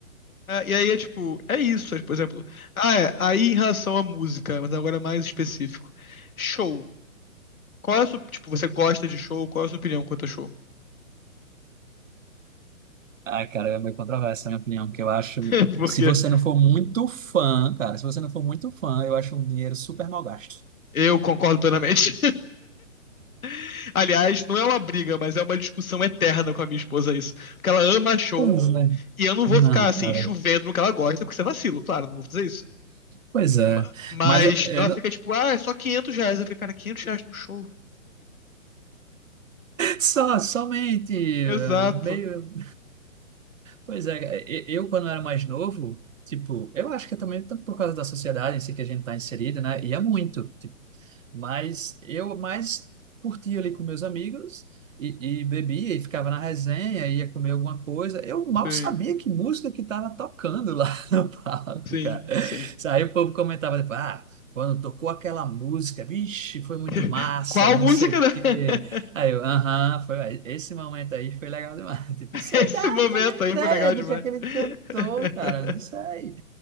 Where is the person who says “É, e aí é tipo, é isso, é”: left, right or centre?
Left